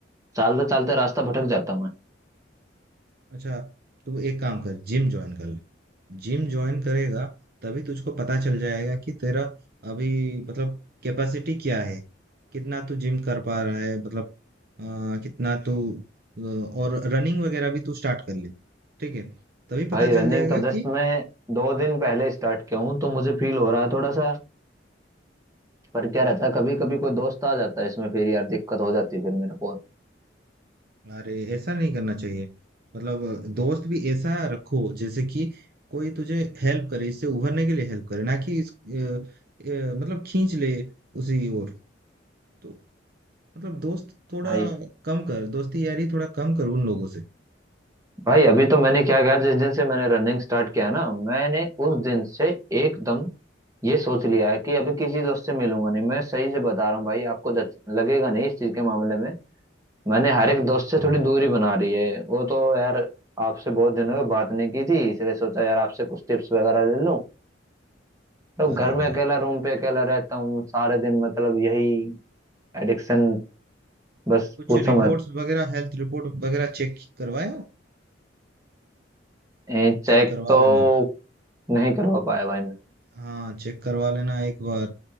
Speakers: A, on the right; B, on the right.
A: चलते चलते रास्ता भटक जाता हूँ मैं
B: अच्छा तू एक काम कर जिम ज्वाइन कर ले जिम ज्वाइन करेगा तभी तुझको पता चल जाएगा कि तेरा अभी मतलब कैपेसिटी क्या है कितना तू जिम कर पा रहा है मतलब अ, कितना तू अ, और रनिंग वगैरह भी तू स्टार्ट कर ले ठीक है तभी
A: भाई
B: पता
A: रनिंग
B: चल जाएगा
A: तो जस्ट
B: कि
A: मैं दो दिन पहले स्टार्ट किया हूँ तो मुझे फील हो रहा है थोड़ा सा पर क्या रहता है कभी कभी कोई दोस्त आ जाता है इसमें फिर यार दिक्कत हो जाती है फिर मेरे को और।
B: अरे ऐसा नहीं करना चाहिए मतलब अ, दोस्त भी ऐसा रखो जैसे कि कोई तुझे हेल्प करे इससे उभरने के लिए हेल्प करे ना कि इस, अ, अ, मतलब खींच ले उसी ओर तो मतलब दोस्त थोड़ा
A: भाई
B: कम कर दोस्ती यारी थोड़ा कम कर उन लोगों से
A: भाई अभी तो मैंने क्या कहा जिस दिन से मैंने रनिंग स्टार्ट किया है ना मैंने उस दिन से एकदम ये सोच लिया है कि अभी किसी दोस्त से मिलूंगा नहीं मैं सही से बता रहा हूँ भाई आपको दच- लगेगा नहीं इस चीज के मामले में मैंने हर एक दोस्त से
B: हाँ
A: थोड़ी दूरी बना रही है वो तो यार आपसे बहुत दिनों की बात नहीं की थी इसलिए सोचा यार आपसे कुछ टिप्स वगैरह ले लूं तो
B: अरे
A: घर में
B: भाई
A: अकेला रूम पे अकेला रहता हूँ सारे दिन मतलब यही एडिक्शन बस
B: कुछ
A: पूछो
B: रिपोर्ट्स
A: मत
B: वगैरह हेल्थ रिपोर्ट वगैरह चेक करवाया
A: चेक
B: चेक करवा
A: तो
B: लेना
A: नहीं करवा पाया भाई मैं
B: हाँ चेक करवा लेना एक बार